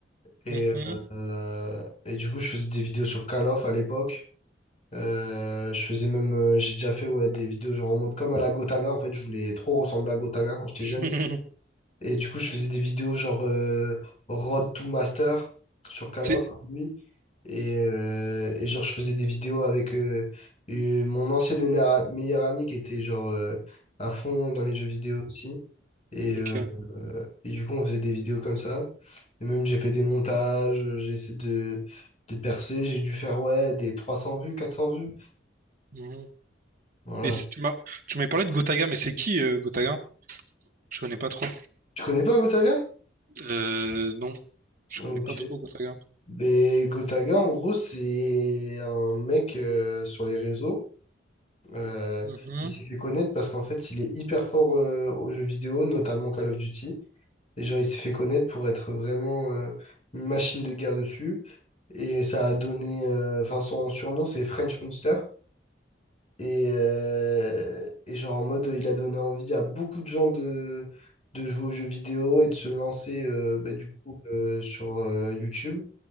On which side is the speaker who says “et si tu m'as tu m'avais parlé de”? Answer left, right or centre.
Right